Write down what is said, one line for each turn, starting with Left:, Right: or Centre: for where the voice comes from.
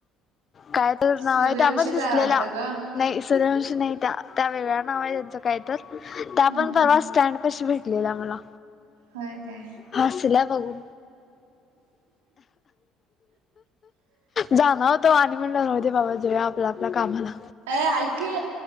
Left: काय तर
Right: सूर्यवंशीच
Left: नाव आहे, त्या पण दिसलेल्या.
Right: आहे वाटतं ग
Left: नाही सूर्यवंशी नाही त्या, त्या वेगळ्या नाव आहे त्यांचं काय तर, त्या
Right: हम्म
Left: पण परवा स्टँड पशी भेटलेल्या मला.
Right: होय काय?
Left: हसल्या बघू जाण होतो आणि म्हणलं न होते बाबा जेव आपल्या आपल्या कामाला
Right: अ ऐके